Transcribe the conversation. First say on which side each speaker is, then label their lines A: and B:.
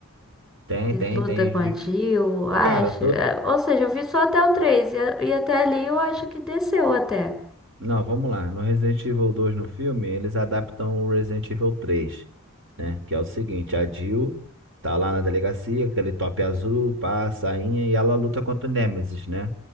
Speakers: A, on the right (about 55°); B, in the centre.
A: tem,
B: Que
A: tem,
B: luta
A: tem.
B: com a
A: vi-
B: Jill, acho.
A: Cara, todo.
B: É, Ou seja, eu vi só até o 3 e, a- e até ali eu acho que desceu até.
A: Não, vamos lá. No Resident Evil dois no filme, eles adaptam o Resident Evil três né? Que é o seguinte, a Jill tá lá na delegacia, aquele top azul, pá, a sainha, e ela luta contra o Nemesis, né?